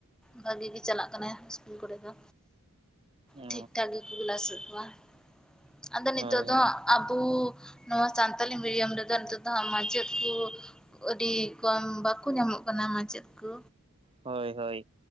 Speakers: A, in the centre; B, on the right.
A: ᱵᱷᱟᱜᱮ ᱜᱮ ᱪᱟᱞᱟᱜ ᱠᱟᱱᱟ ᱤᱥᱠᱩᱞ ᱠᱚᱨᱮ ᱫᱚ
B: ᱚ
A: ᱴᱷᱤᱠ-ᱴᱷᱟᱠ ᱜᱮᱠᱚ ᱠᱞᱟᱥ ᱮᱫ ᱠᱚᱣᱟ ᱟᱫᱚ ᱱᱤᱛᱳᱜ
B: ᱦᱳᱭ
A: ᱫᱚ
B: ᱦᱳᱭ
A: ᱟᱵᱚ ᱱᱚᱣᱟ ᱥᱟᱱᱛᱟᱞᱤ ᱢᱤᱰᱤᱭᱟᱢ ᱨᱮᱫᱚ ᱱᱤᱛᱚᱜ ᱫᱚ ᱦᱟᱸᱜ ᱢᱟᱪᱮᱫ ᱠᱚ <inaudible> ᱟᱹᱰᱤ ᱠᱚᱢ ᱵᱟᱠᱚ ᱧᱟᱢᱚᱜ ᱠᱟᱱᱟ ᱢᱟᱪᱮᱫ ᱠᱚ
B: ᱦᱳᱭ ᱦᱳᱭ